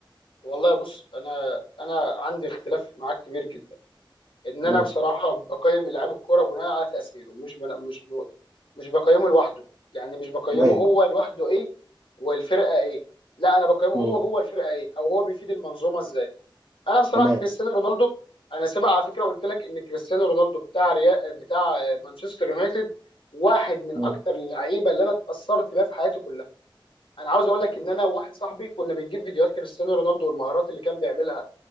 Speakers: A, on the left; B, on the right.
A: والله بص انا انا عندي اختلاف معاك كبير جدا ان
B: امم
A: انا بصراحه بقيم لعيب الكوره بناء على تاثيره مش بنا مش ب... مش بقيمه لوحده يعني مش بقيمه
B: ايوه
A: هو لوحده ايه والفرقه ايه لا انا بقيمه
B: امم
A: هو جوه الفرقه ايه او هو بيفيد المنظومه ازاي انا بصراحه
B: تمام
A: كريستيانو رونالدو انا سبق على فكره قلت لك ان كريستيانو رونالدو بتاع ريا... بتاع مانشستر يونايتد واحد من
B: امم
A: اكتر اللعيبه اللي انا اتاثرت بيها في حياتي كلها انا عاوز اقول لك ان انا وواحد صاحبي كنا بنجيب فيديوهات كريستيانو رونالدو والمهارات اللي كان بيعملها